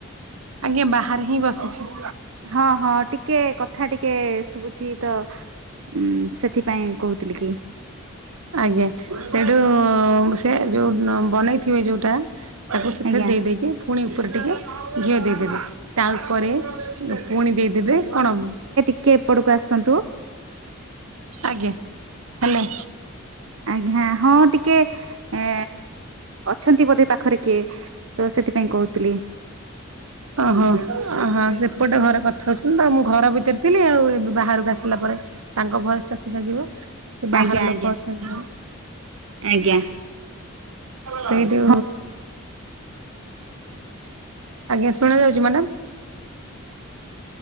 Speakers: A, on the right (about 80°); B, on the right (about 65°).
A: ଆଜ୍ଞା, ବାହାରେ ହିଁ ବସିଛି!
B: ହଁ ହଁ ଟିକେ କଥା ଟିକେ ଶୁଭୁଛି ତ! ଉ ସେଥିପାଇଁ କହୁଥିଲି କି!
A: ଆଜ୍ଞା ସେଇଠୁ ସେ ଯୋଉ ବନେଇ ଥିବେ ଯୋଉଟା ତାକୁ ସେଥିରେ
B: ଆଜ୍ଞା
A: ଦେଇ ଦେଇକି ପୁଣି ଉପରେ ଟିକେ ଘିଅ ଦେଇଦେବେ ତା ଉପରେ ପୁଣି ଦେଇଦେବେ କଣ?
B: କେ ଏପଟକୁ ଆସନ୍ତୁ!
A: ଆଜ୍ଞା, ହାଲା!
B: ଆଜ୍ଞା ହ ହଁ ଟିକେ ଏ ଅଛନ୍ତି ବୋଧେ ପାଖରେ କି? କିଏ ତ ସେଥିପାଇଁ କହୁଥିଲି!
A: ଓହୋ ଅହୋ ସେପଟେ ଘରେ କଥା ହଉଛନ୍ତି ତ ମୁଁ ଘର ଭିତରେ ଥିଲି ଆଉ ଏବେ ବାହାରକୁ ଆସିଲା ପରେ ତାଙ୍କ ଭୟସ ଟା ଶୁଭାଯିବ ସେ ବାହାର
B: ଆଜ୍ଞା
A: ଲୋକ
B: ଆଜ୍ଞା।
A: ଅଛନ୍ତି!
B: ଆଜ୍ଞା
A: ସେଇଠୁ
B: ହଁ
A: ଆଜ୍ଞା ଶୁଣାଯାଉଛି ମ୍ୟାଡ଼ାମ?